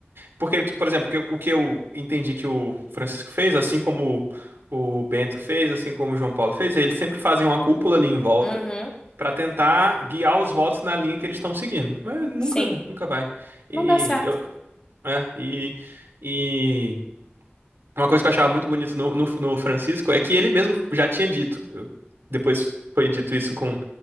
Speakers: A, on the right; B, on the left.
A: porque tipo, por exemplo, que eu- o que eu entendi que o Francisco fez, assim como o o Bento fez, assim como o João Paulo fez, eles sempre fazem uma cúpula ali em volta
B: Uhum.
A: Pra tentar guiar os votos na linha que eles estão seguindo. Mas nunca,
B: Sim.
A: nunca vai. E,
B: Não dá certo.
A: eu, é, e, e uma coisa que eu achava muito bonita no, no, no Francisco é que ele mesmo já tinha dito. Eu- Depois foi dito isso com,